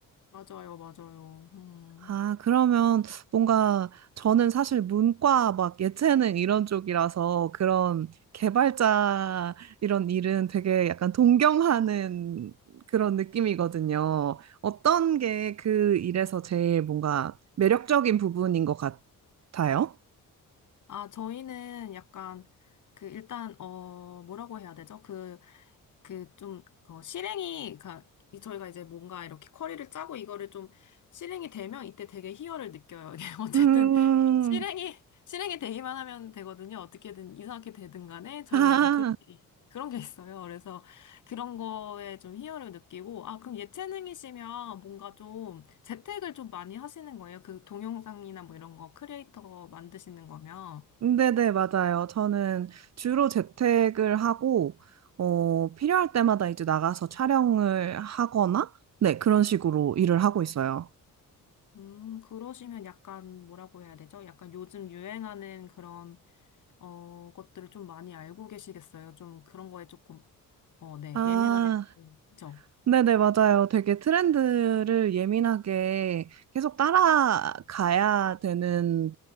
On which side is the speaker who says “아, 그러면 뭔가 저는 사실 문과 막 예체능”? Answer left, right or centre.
Right